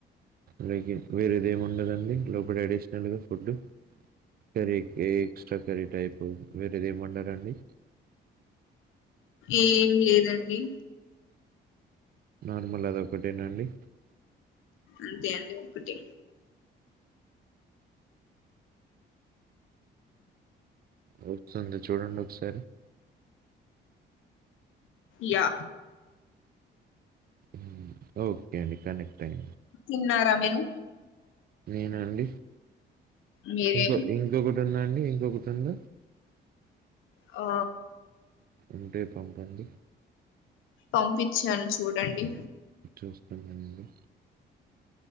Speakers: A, on the right (about 50°); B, on the left (about 80°).
A: అలాగే వేరేది ఏమి ఉండదండి లోపల అడిషనల్గా ఫుడ్ కర్రీ ఏ ఎక్స్ట్రా కర్రీ టైపు వేరేది ఏమి వుండదాండి
B: ఏం లేదండి
A: నార్మల్ అది ఒకటేనాండి
B: అంతే అండి ఒక్కటే
A: వస్తుంది చూడండి ఒకసారి
B: యా
A: హ్మ్. ఓకే అండి కనెక్ట్ అయింది
B: తిన్నారా మీరు
A: నేను అండి
B: మీరే
A: ఇంకో ఇంకొక ఉంద అండి ఇంకొకటి ఉంద
B: ఆ
A: ఉంటే పంపండి
B: పంపించాను చూడండి
A: చూస్తున్నా అండి